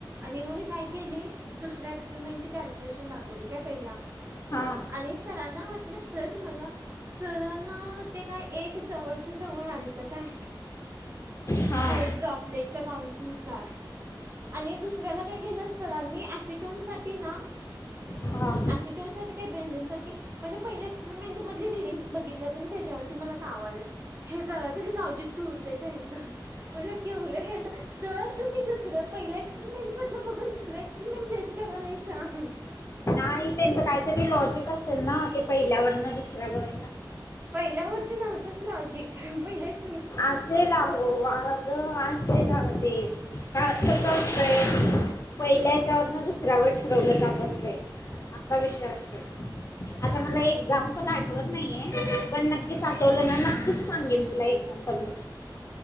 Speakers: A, on the right; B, on the left.
A: आणि मग मी काय केली दुसऱ्या एक्सपेरिमेंटची कॅल्क्युलेशन दाखवली काय पहिला
B: हां
A: आणि सरांना वाटलं सर मला सरना ते काय एक जवळच्या जवळ आलतं काय
B: हां
A: ते ड्रॉपलेटच्या काउंट्सनुसार आणि दुसऱ्याला काय केेलं सरांनी ॲसिटोनसाठी ना,
B: हां
A: आशिटोनसाठी काही ब्यंजनसाठी माझ्या पहिल्या एक्सपेरिमेंट मधली रिडिंग्स बघितल्यात आणि त्याच्यावरती मला कावालंत. हे जरा तरी लॉजिक जुळते काय इथं तर, म्हला केवलं हे सर तुम्ही दुसऱ्या पहिल्या एक्सपेरिमेंट मधल बघून दुसऱ्या एक्सपरीमंट जच करालायला येता.
B: आणि त्यांचं काहीतरी लॉजिक असेल ना ते पहिल्यावरन दुसऱ्यावर
A: पहिल्यावरती नव्हतंच लॉजिक. पहिलेच
B: असेल आहो आ त असेन आग ते, काय कस असतय. पहिल्याच्या वरन दुसऱ्यावर ठरवलं जात असते. असा विषय असतो. आता मला एक्साम पल मला आठवत नाहीये पण नक्कीच आठवलं ना नक्कीच सांगेन तुला एक्झाम्पल मी.